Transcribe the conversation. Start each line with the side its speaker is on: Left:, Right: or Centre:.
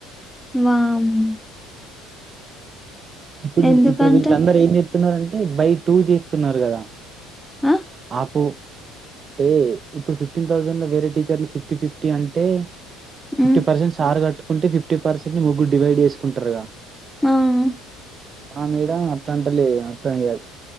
Centre: వామ్
Right: ఇప్పుడు
Centre: ఎందుకంట
Right: ఇప్పుడు వీళ్ళందరూ ఏం జేత్తున్నారంటే బై టూ జేత్తున్నారు గదా
Centre: ఆ
Right: ఆఫూ టే ఇప్పుడు ఫిఫ్టీన్ థౌజండ్ లో వేరే టీచర్లు ఫిఫ్టీ ఫిఫ్టీ అంటే
Centre: హ్మ్
Right: ఫిఫ్టీ పర్సెన్ సారు గట్టుకుంటే ఫిఫ్టీ పర్సెంట్ ని ముగ్గు డివైడ్ జేస్కుంటరుగా
Centre: అవును
Right: మా మేడమ్ అట్లంటలేదు గా <unintelligible>